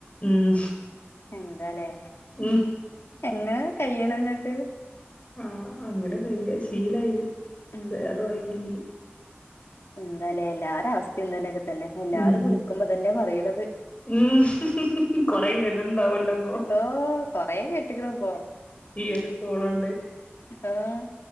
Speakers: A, on the left (about 35°); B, on the left (about 80°).
A: ഉം
B: എന്താലേ
A: ഉം
B: എങ്ങനെ കഴിയുണ് ഇങ്ങക്ക്
A: ആഹ് അങ്ങനെ കഴിയാ ശീലായി
B: ഉം
A: വേറെ വഴിയി
B: എന്താലേ എല്ലാരേ അവസ്ഥ <unintelligible> തന്നെ എല്ലാരും
A: ഉം
B: വിളിക്കുമ്പോ ഇതന്നെയാ പറയണത്
A: ഉം കൊറെ കേട്ടിട്ടുണ്ടാവല്ലോ അപ്പൊ
B: ഓ കൊറെ കേട്ടിക്കണ് ഇപ്പോ
A: ഈ ഒരു മോളുണ്ട്
B: ആഹ്